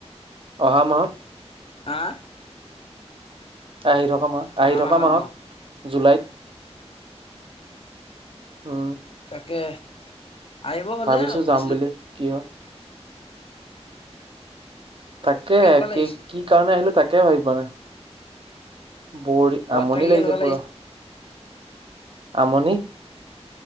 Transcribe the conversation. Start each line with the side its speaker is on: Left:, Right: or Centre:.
Right: অহা মাহত।
Left: হা।
Right: আহি থকা মাহ আহি
Left: অহা
Right: থকা মাহত
Left: ন
Right: জুলাইত। উম।
Left: কে আহিব হ'লে
Right: ভাবিছো
Left: আৰু
Right: যাম
Left: গৈছিলা।
Right: বুলি কি হয়। তাকে
Left: কেনেকুৱা লাগিছে
Right: কি কি কাৰণে আহিলো তাকে ভাবি পোৱা নাই। বৰি
Left: ঘৰত
Right: আমনি
Left: থাকি
Right: লাগিছে
Left: কেনেকুৱা
Right: পুৰা। আমনি।